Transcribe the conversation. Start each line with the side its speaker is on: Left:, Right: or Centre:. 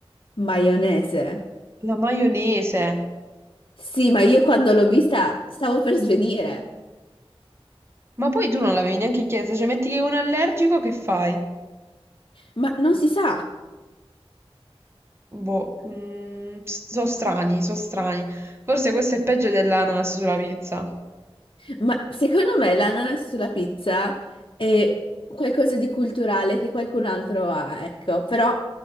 Left: Maionese.
Right: La maionese.
Left: Sì, ma io quando l'ho vista stavo per svenire,
Right: Ma poi tu non l'avevi neanche chiesto, cioè metti che è un allergico, che fai?
Left: ma non si sa.
Right: Boh, mm, so strani, so strani. Forse questo è peggio dell'ananas sulla pizza.
Left: Ma secondo me l'ananas sulla pizza è qualcosa di culturale che qualcun altro ha, ecco, però